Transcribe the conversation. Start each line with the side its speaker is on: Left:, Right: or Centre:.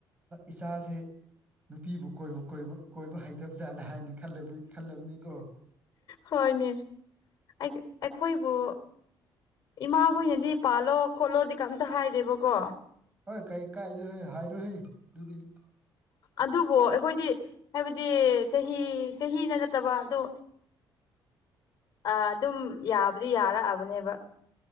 Right: ꯏꯆꯥꯖꯦ ꯅꯨꯄꯤꯕꯨ ꯀꯣꯏꯕꯨ ꯀꯣꯏ ꯀꯣꯏꯕ ꯍꯩꯇꯕ ꯖꯥꯠꯂꯦ ꯍꯥꯏꯅ ꯈꯜꯂꯦꯕꯣꯏ ꯈꯜꯂꯝꯅꯤꯀꯣ
Left: ꯍꯣꯏꯅꯦ ꯑꯩ ꯑꯩꯈꯣꯏꯕꯨ ꯏꯃꯥꯈꯣꯏꯅꯗꯤ ꯄꯥꯜꯂꯣ ꯈꯣꯠꯂꯣꯗꯤ ꯀꯝꯇ ꯍꯥꯏꯗꯦꯕꯀꯣ
Right: ꯍꯣꯏ ꯀꯩ ꯀꯥꯏꯗꯣꯏ ꯍꯣꯏ ꯍꯥꯏꯔꯣꯍꯦ ꯑꯗꯨꯗꯤ
Left: ꯑꯗꯨꯕꯨ ꯑꯩꯈꯣꯏꯗꯤ ꯍꯥꯏꯕꯗꯤ ꯆꯍꯤ ꯆꯍꯤꯅ ꯅꯠꯇꯕ ꯑꯗꯨ ꯑ ꯑꯗꯨꯝ ꯌꯥꯕꯨꯗꯤ ꯌꯥꯔꯛꯑꯕꯅꯦꯕ